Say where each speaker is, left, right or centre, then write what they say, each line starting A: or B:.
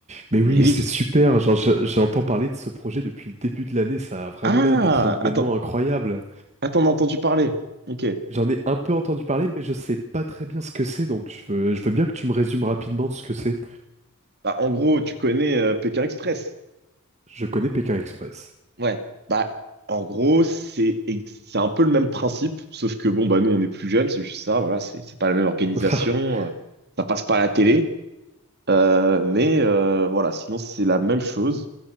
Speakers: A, on the right; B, on the right.
A: mais oui,
B: Et oui.
A: c'est super. Genre, je- j'entends parler de ce projet depuis le début de l'année. Ça a vraiment
B: Ah,
A: l'air d'être un événement
B: attends,
A: incroyable.
B: attends, on a entendu parler. Ok.
A: J'en ai un peu entendu parler, mais je sais pas très bien ce que c'est. Donc, je veux, je veux bien que tu me résumes rapidement ce que c'est.
B: Bah, en gros, tu connais euh, Pékin Express.
A: Je connais Pékin Express.
B: Ouais. Bah, En gros, c'est ex- c'est un peu le même principe, sauf que bon, bah nous, on est plus jeunes, c'est juste ça, voilà, c'est c'est pas la même organisation,
A: <laughs>
B: euh, ça passe pas à la télé, euh, mais euh, voilà, sinon c'est la même chose.